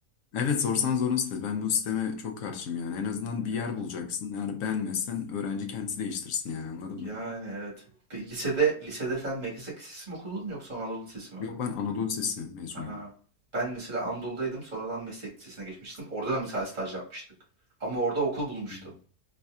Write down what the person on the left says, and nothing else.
Evet sorsan zorun site. Ben bu sisteme çok karşıyım yani. En azından bir
yer bulacaksın. Eğer beğenmezsen öğrenci kendisi değiştirsin yani anladın mı?
Yok ben Anadolu Lisesi mezunuyum.
Hı hı.